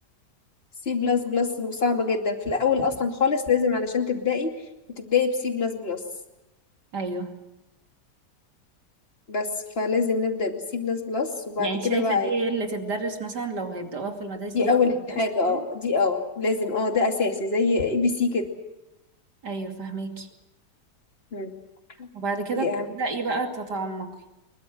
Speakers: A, on the left; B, on the right.
A: سي بلس بلس صعبه جدا في الاول اصلا خالص لازم علشان تبدأي وتبدأي بسي بلس بلس
B: أيوه
A: بس فلازم نبدأ بسي بلس بلس وبعد
B: يعني
A: كده
B: شايفة
A: بقى
B: دي اللي تتدرس مثلا لو هيبدأوها في المدارس
A: دي
B: دي
A: اول
B: بتتدرس
A: حاجه
B: الأول؟
A: اه دي اه لازم اه ده اساسي زي اي بي سي كده
B: أيوه فهميكي
A: مم.
B: وبعد كده
A: دي
B: بتبدأي
A: اهم
B: بقى تتعمقي